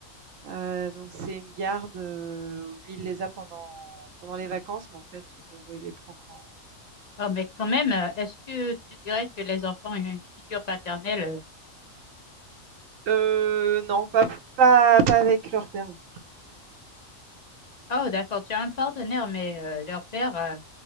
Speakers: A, on the right; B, on the left.
A: Heu, donc c'est une garde, heu, où lui, il les a pendant pendant les vacances, mais en fait, bon, bah, il les prend quand
B: Oh, mais quand même, euh, est-ce que tu dirais que les enfants ont une figure paternelle? euh,
A: heu, non, pas pas pas avec leur père, en tout cas.
B: Oh, d'accord, tu as un partenaire, mais euh, leur père, euh,